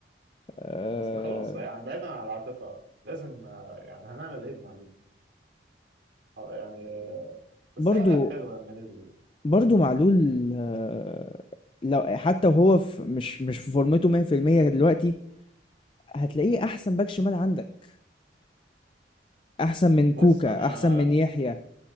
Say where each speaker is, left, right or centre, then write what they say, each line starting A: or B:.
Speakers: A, on the left; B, on the right.
A: أه
B: اصل خلاص يعني بعيدا عن العاطفه لازم آه، يعني هنعمل ايه بمعدود آه، يعني آه، بس
A: برضو
B: هو لعب حلو لما نزل
A: برضو معلول آه، لو حتى وهو في مش مش في فورمته 100% دلوقتي هتلاقيه احسن باك شمال عندك احسن من كوكا
B: بص انا
A: احسن من يحيى